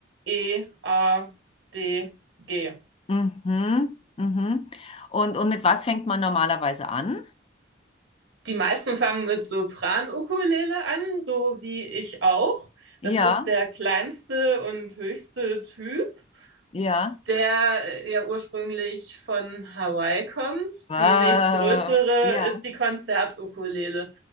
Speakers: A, on the right; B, on the left.
A: E, A, D, G.
B: Mhm. Mhm. Und, und mit was fängt man normalerweise an?
A: Die meisten fangen mit Sopran-Ukulele an, so wie ich auch.
B: Ja,
A: Das ist der kleinste und höchste Typ.
B: ja.
A: der äh, ja ursprünglich von Hawaii kommt.
B: Wow.
A: Die nächstgrößere
B: Ja,
A: ist die Konzertukulele.